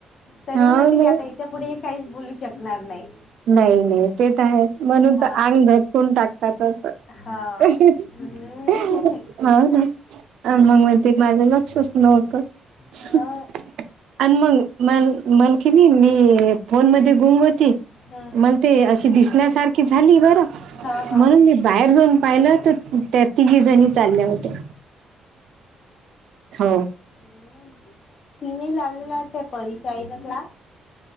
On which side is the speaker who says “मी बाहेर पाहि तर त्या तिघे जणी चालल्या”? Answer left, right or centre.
Right